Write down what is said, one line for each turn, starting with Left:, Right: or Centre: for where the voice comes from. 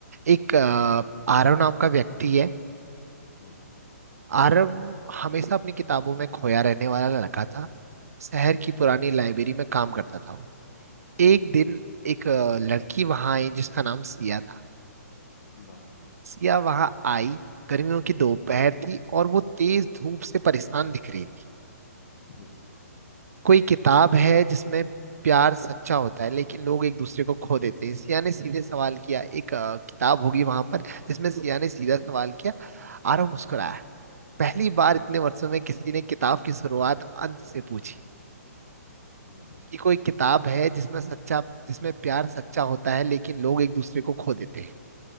Right: एक अ, आरव नाम का व्यक्ति है
Left: हम्म
Right: आरव हमेशा अपनी किताबों में खोया रहने वाला लड़का था शहर
Left: हम्म
Right: की पुरानी लाइब्रेरी में काम करता था वो। एक
Left: हम्म,
Right: दिन एक अ, लड़की वहां आई जिसका नाम सिया था
Left: हम्म, वाह
Right: सिया वहां आई गर्मियों की दोपहर
Left: हम्म
Right: थी और वो तेज धूप से परेशान दिख रही थी
Left: हम्म
Right: कोई किताब है जिसमें प्यार सच्चा होता है लेकिन लोग एक दूसरे को खो देते हैं सिया ने सीधे सवाल किया एक अ, किताब होगी वहां पर जिसमें सिया ने सीधा सवाल किया आरव मुस्कुराया पहली बार इतने
Left: हम्म,
Right: वर्षों में किसी ने किताब की शुरुआत अंत से पूछी
Left: वाह
Right: कि कोई किताब है जिसमें सच्चा जिसमें प्यार सच्चा होता है लेकिन लोग एक दूसरे को खो देते हैं